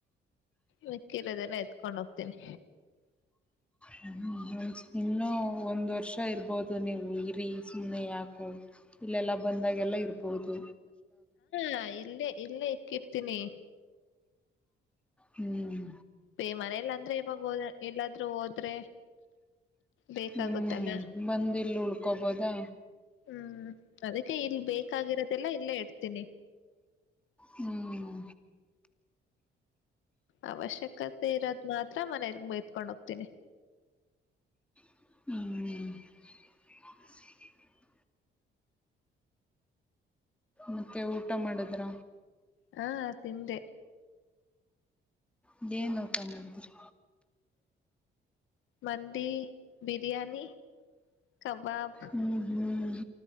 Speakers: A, on the left; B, in the centre.
A: ಮಕ್ಕಿರೋದೆಲ್ಲ ಎತ್ಕೊಂಡ್ ಹೋಗ್ತೀನಿ.
B: ಹ ಇನ್ನೂ ಒಂದ್ ವರ್ಷ ಇರ್ಬಹುದು ನೀವು ಇರಿ ಸುಮ್ಮನೆ ಯಾಕೋ ಇಲ್ಲೆಲ್ಲ ಬಂದಾಗೆಲ್ಲ ಇರ್ಬಹುದು.
A: ಹಾ ಇಲ್ಲೇ ಇಲ್ಲೇ ಇ ಕಿರ್ತನಿ
B: ಹ್ಮ್
A: ಬೇ ಮನೇಲ್ಲ ಅಂದ್ರೆ ಇವಾಗ ಹೋದ ಎಲ್ಲಾದ್ರೂ ಹೋದ್ರೆ ಬೇಕಾಗುತ್ತಲ್ಲ
B: ಹ್ಮ್ ಬಂದ ಇಲ್ಲಿ ಉಳ್ಕೋಬೋದಾ
A: ಹ್ಮ್ ಅದಕ್ಕೆ ಇಲ್ ಬೇಕಾಗಿರೋದೆಲ್ಲ ಇಲ್ಲೇ ಇಡ್ತೀನಿ.
B: ಹ್ಮ್
A: ಅವಶ್ಯಕತೆ ಇರೋದ ಮಾತ್ರ ಮನೆಗೆ ಎತ್ಕೊಂಡ ಹೋಗ್ತೀನಿ.
B: ಹ್ಮ್ ಮತ್ತೆ ಊಟ ಮಾಡಿದ್ರ?
A: ಹ ಅ ತಿಟ
B: ಇದೇ ನೋಕಾ ಮಾಡಿದ್ರಿ.
A: ಮಂದಿ ಬಿರಿಯಾನಿ ಕಬಾಬ್
B: ಹ್ಮ್ ಹ್ಮ್